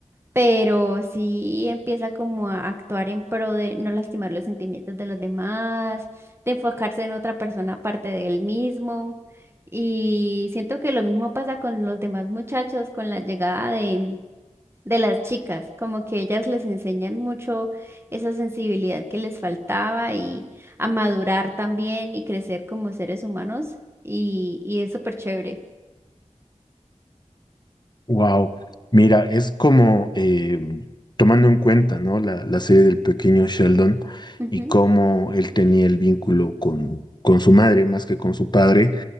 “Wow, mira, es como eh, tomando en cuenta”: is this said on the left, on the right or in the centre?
Left